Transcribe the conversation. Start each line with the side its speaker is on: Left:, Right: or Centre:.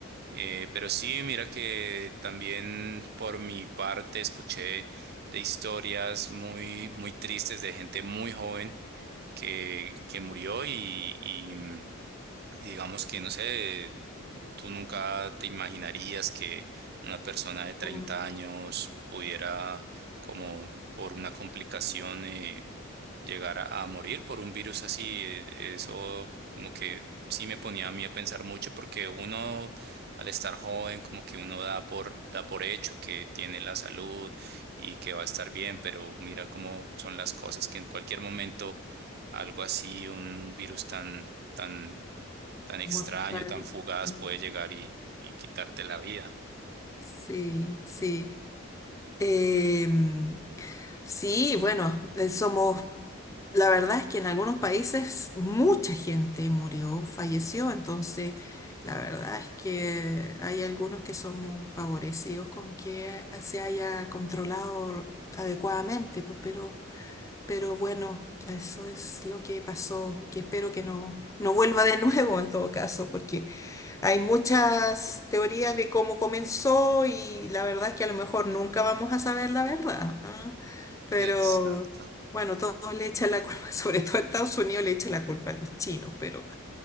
Right: Eh, pero sí, mira que también por mi parte escuché de historias muy, muy tristes de gente muy joven que, que murió y, y, mm, digamos que, no sé, ¿Tú nunca te imaginarías que una persona de treinta
Left: Mm,
Right: años pudiera, como por una complicación, eh, llegar a, a morir por un virus así? Eh, Eso como que sí me ponía a mí a pensar mucho porque uno, al estar joven, como que uno da por, da por hecho que tiene la salud y que va a estar bien, pero mira cómo son las cosas que en cualquier momento algo así, un virus tan... tan tan extraño,
Left: mortal.
Right: tan fugaz
Left: Mm,
Right: puede llegar y, y quitarte la vida.
Left: Sí, sí. Em, sí, bueno, eh, somos, la verdad es que en algunos países mucha gente murió, falleció, entonces la verdad es que hay algunos que somos favorecidos con que se haya controlado adecuadamente, pues, pero... Pero bueno, eso es lo que pasó, que espero que no, no vuelva de nuevo en todo caso, porque hay muchas teorías de cómo comenzó y la verdad es que a lo mejor nunca vamos a saber la verdad, ¿ah? Pero
Right: Exacto.
Left: bueno, todos le echan la culpa, <laughs> sobre todo Estados Unidos le echa la culpa a los chinos, pero